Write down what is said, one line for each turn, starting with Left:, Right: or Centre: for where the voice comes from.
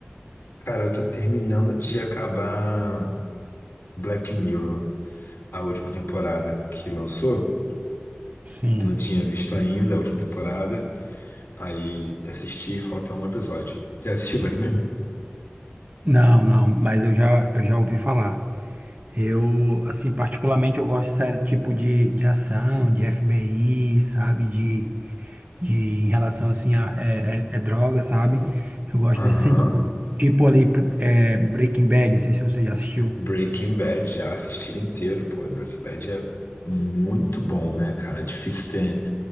Left: Cara, eu tô terminando de acabar Black Mirror, a última temporada que lançou.
Right: Sim.
Left: Eu não tinha visto ainda a última temporada, aí assisti, falta um episódio. Já assistiu Black Mirror?
Right: Não, não, mas eu já, eu já ouvi falar. Eu, assim, particularmente eu gosto de série tipo de, de ação, de FBI, sabe? De, de em relação, assim, a é, é, é droga, sabe? Eu gosto
Left: Aham.
Right: nesse sentido. Tipo ali, é, Breaking Bad, não sei se você já assistiu.
Left: Breaking Bad, já assisti inteiro, pô. Breaking Bad é muito bom, né, cara? É difícil ter